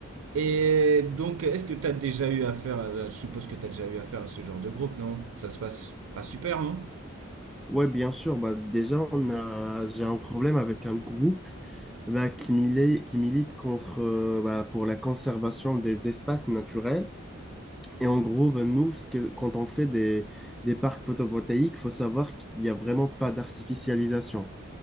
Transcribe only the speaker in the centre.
Ouais, bien sûr. Bah, déjà, on a, j'ai un problème avec un groupe bah, qui milite, qui milite contre, euh, bah, pour la conservation des espaces naturels. Et en gros, bah, nous, ce que- quand on fait des, des parcs photovoltaïques, faut savoir qu'il n'y a vraiment pas d'artificialisation.